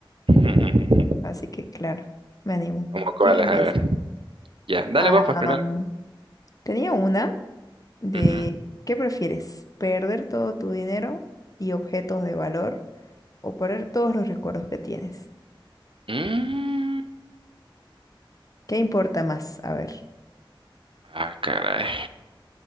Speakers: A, on the right; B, on the left.
A: <laughs>
B: así que claro, me animo.
A: ¿Cómo cuáles?
B: ¿Quién empieza?
A: A ver. Ya, dale
B: Am,
A: vos pues primero.
B: tenía una de
A: Ujú.
B: ¿qué prefieres? ¿Perder todo tu dinero y objetos de valor o perder todos los recuerdos que tienes?
A: Mm.
B: ¿Qué importa más? A ver,
A: Ah, caray.